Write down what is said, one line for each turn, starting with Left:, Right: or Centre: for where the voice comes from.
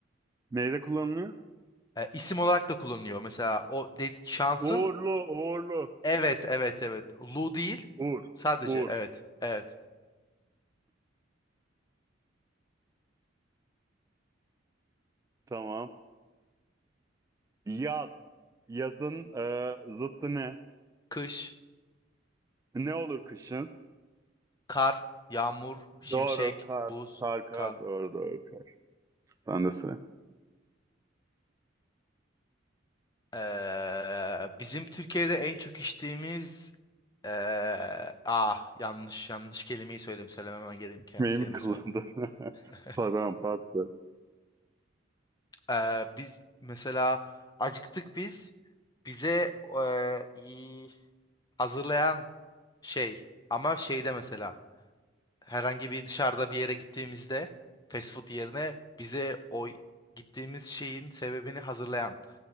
Right: Neyde kullanılıyor?
Left: E, isim olarak da kullanılıyor. Mesela o de- şansın
Right: Uğurlu, uğurlu.
Left: evet evet evet. Lu değil
Right: Uğur.
Left: sadece
Right: Uğur.
Left: evet evet.
Right: Tamam. Yaz. Yazın e, zıttı ne?
Left: Kış,
Right: Ne olur kışın?
Left: kar, yağmur, şimşek,
Right: Doğru. Kar.
Left: buz,
Right: Kar, kar.
Left: kar.
Right: Doğru, doğru. Kar. Sen de sıra.
Left: Eee, bizim Türkiye'de en çok içtiğimiz eee ah yanlış yanlış kelimeyi söyledim söylememem gereken
Right: Hikmeyi
Left: kelime
Right: mi kullandın?
Left: söyledim.
Right: <laughs>
Left: <laughs>
Right: Pardon, pardon.
Left: Eee, biz mesela acıktık biz bize e, hazırlayan şey ama şeyde mesela herhangi bir dışarıda bir yere gittiğimizde fast food yerine bize o gittiğimiz şeyin sebebini hazırlayan